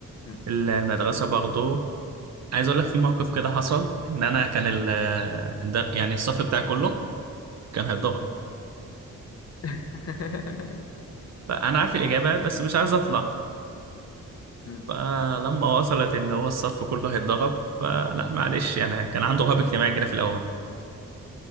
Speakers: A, on the left; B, on the right.
A: مم.
B: المدرسة برضه عايز اقول لك في موقف كده حصل ان انا كان ال الد- يعني الصف بتاعي كله كان هيتضغط
A: <laughs>
B: فانا عارف الاجابه بس مش عايز اطلع
A: مم.
B: فلما وصلت ان هو الصف كله هيتضغط فلا معلش يعني كان عنده رهاب اجتماعي كده في الاول